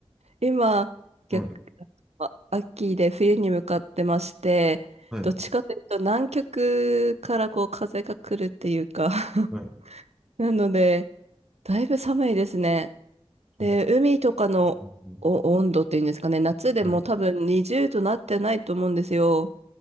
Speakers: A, on the right; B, in the centre.
A: 今、逆、
B: はい、
A: あ秋で冬に向かってまして、
B: はい、
A: どっちかというと南極からこう風が来るっていうか
B: はい。
A: <laughs> なので、だいぶ寒いですね。
B: あ、
A: で、
B: うん
A: 海とかのお温度っていうんですかね、
B: うん
A: 夏でも多分20度なってないと思うんですよ。
B: はい。